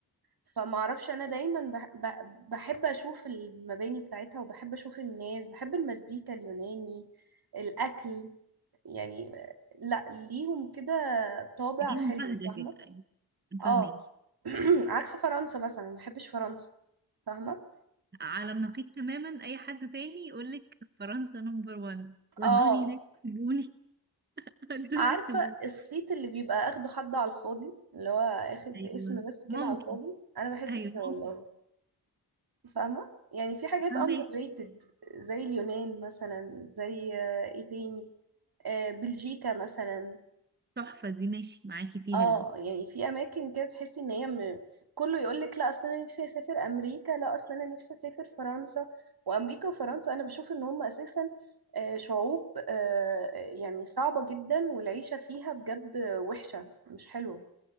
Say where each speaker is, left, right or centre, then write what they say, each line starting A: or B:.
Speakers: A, on the right; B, on the right.
A: فما اعرفش انا دايما بح... ب- بحب اشوف المباني بتاعتها وبحب اشوف الناس بحب المزيكا اليوناني الاكل يعني آه، لا ليهم كده طابع
B: دي
A: حلو
B: مباهدة
A: فاهمة
B: كده أيوة
A: اه
B: فاهمك
A: <clears throat> عكس فرنسا مثلا ما بحبش فرنسا فاهمة
B: على النقيض تماما أي حد تاني يقولك فرنسا نمبر وان ودوني
A: اه
B: هناك سيبوني <laughs> ودوني
A: عارفة
B: سيبوني
A: الصيت اللي بيبقى اخده حد على الفاضي اللي هو اخد
B: أيوة
A: اسم بس كده
B: ممكن
A: على الفاضي انا بحس
B: أيوة
A: كده
B: ممكن
A: والله فاهمة يعني في حاجات
B: فاهمك
A: underrated زي اليونان مثلا زي آه، ايه تاني آه، بلجيكا مثلا
B: تحفة دي ماشي معاكي فيها
A: اه
B: دي
A: يعني في اماكن كده تحسي ان هي م... كله يقول لك لا اصل انا نفسي اسافر امريكا لا اصل انا نفسي اسافر فرنسا وامريكا وفرنسا انا بشوف ان هم اساسا آه، شعوب آه، يعني صعبة جدا والعيشة فيها بجد وحشة مش حلوة